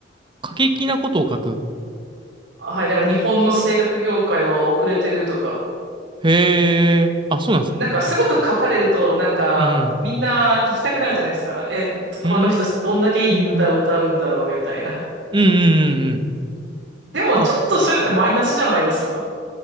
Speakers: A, on the right; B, on the right.
A: 過激なことを書く。
B: あはい、なんか日本の声楽業界は遅れてるとか。
A: へえ。あ、そうなんですね。
B: なんかそういうこと書かれると、なんかみんな行きたくなるじゃないですか。
A: うん。
B: え、この人どんだけいい歌を歌うんだろうみたいな。
A: うん。うーん。うん、うん、うんうん。
B: でもちょっとそういうのってマイナスじゃないですか。
A: あ、そう、はい